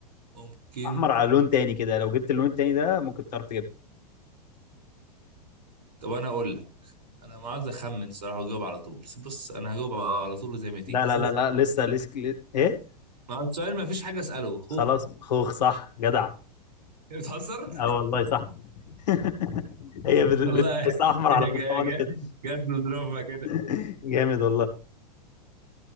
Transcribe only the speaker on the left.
احمر على لون تاني كده لو جبت اللون التاني ده ممكن تعرف تجيبها
لا
لا لا لا لسه لسه ايه
خلاص خوخ صح جدع
اه والله صح <laughs> هي بت-
بتحسها احمر
على برتقاني
كده
<laughs> جامد والله